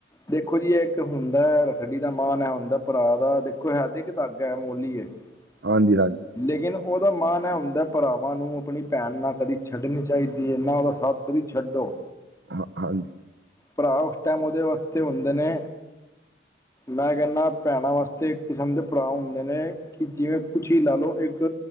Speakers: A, on the left (about 15°); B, on the right (about 80°).
A: ਦੇਖੋ ਜੀ ਇਹ ਇੱਕ ਹੁੰਦਾ ਰੱਖੜੀ ਦਾ ਮਾਨ ਹੈ ਹੁੰਦਾ ਭਰਾ ਦਾ ਦੇਖੋ ਹੈਦ ਇੱਕ ਤ ਧਾਗਾ ਹੈ ਮੋਲੀ ਹੈ। <unintelligible>
B: ਹਾਂਜੀ-ਹਾਂਜੀ।
A: ਲੇਕਿਨ ਉਹਦਾ ਮਾਣ ਹੈ ਹੁੰਦਾ ਭਰਾਵਾਂ ਨੂੰ ਆਪਣੀ ਭੈਣ ਨਾਲ ਕਦੀ ਛੱਡਣੀ ਚਾਹੀਦੀ ਹੈ। ਨਾ ਉਹਦਾ ਸਾਥ ਕਦੀ ਛੱਡੋ।
B: ਹਾਂ ਹਾਂਜੀ।
A: ਭਰਾ ਊਸ਼ ਟੈਮ ਉੱਧੇ ਵਸਤੇ ਹੁੰਦੇ ਨੇ। ਮੈਂ ਕਹਿੰਦਾ ਭੈਣਾਂ ਵਾਸਤੇ ਇੱਕ ਕਿਸਮ ਦੇ ਭਰਾ ਹੁੰਦੇ ਨੇ ਕਿ ਜਿਵੇਂ ਕੁਛ ਹੀ ਲਾ ਲਓ ਇੱਕ